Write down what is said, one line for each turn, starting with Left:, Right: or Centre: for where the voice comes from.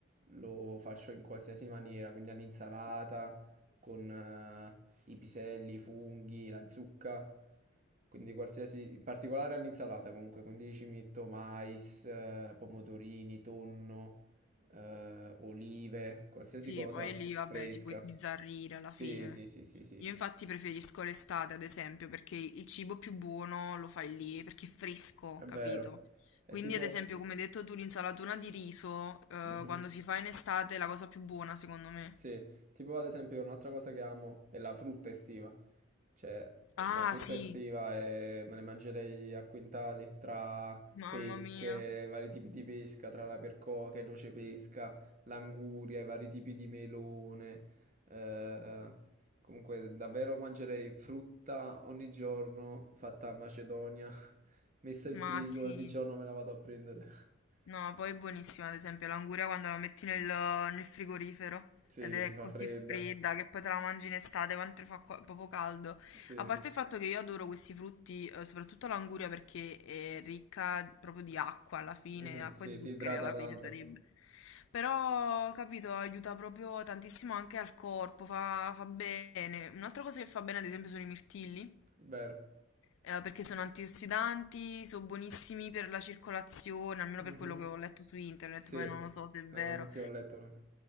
Right: lo faccio in qualsiasi maniera, quindi all'insalata, con eh, i piselli, i funghi, la zucca, quindi qualsiasi, in particolare all'insalata comunque, quindi ci metto mais, eh, pomodorini, tonno, eh, olive, qualsiasi
Left: Sì,
Right: cosa
Left: poi lì vabbè
Right: fresca.
Left: ti puoi sbizzarrire alla
Right: Sì,
Left: fine.
Right: sì, sì, sì, sì,
Left: Io infatti preferisco l'estate, ad esempio, perché il cibo più buono lo fai lì, perché è fresco,
Right: è vero.
Left: capito?
Right: È
Left: Quindi,
Right: tipo...
Left: ad esempio, come hai detto tu, l'insalatura di riso, eh,
Right: Mhm.
Left: quando si fa in estate è la cosa più buona, secondo me.
Right: Sì, tipo ad esempio un'altra cosa che amo è la frutta estiva. Cioè,
Left: Ah,
Right: la frutta
Left: sì,
Right: estiva è- me ne mangerei a quintali tra
Left: mamma
Right: pesche,
Left: mia.
Right: vari tipi di pesca, tra la percoca e noce pesca, l'anguria, i vari tipi di melone. eh, comunque, davvero mangerei frutta ogni giorno fatta a Macedonia, <laughs> messa in
Left: Ma
Right: frigo,
Left: sì.
Right: ogni giorno me la vado a prendere. <laughs>
Left: No, poi è buonissima, ad esempio, l'anguria quando la metti nel, nel frigorifero
Right: Sì,
Left: ed
Right: che
Left: è
Right: si fa
Left: così
Right: fredda.
Left: fredda che poi te la mangi in estate quanto fa qua- proprio caldo.
Right: Sì,
Left: A parte il fatto che io adoro questi frutti, eh, soprattutto l'anguria perché è ricca proprio di acqua alla fine,
Right: Mhm,
Left: acqua
Right: sì,
Left: e zuccheri
Right: ti idrata
Left: alla
Right: tanto.
Left: fine sarebbe. Però, capito, aiuta proprio tantissimo anche al corpo, fa, fa bene. Un'altra cosa che fa bene, ad esempio, sono i mirtilli
Right: Vero.
Left: eh, perché sono antiossidanti, sono buonissimi per la circolazione, almeno
Right: Mhm.
Left: per quello che ho letto su internet,
Right: Sì,
Left: poi non lo so se è vero.
Right: no, anche ho letto. no.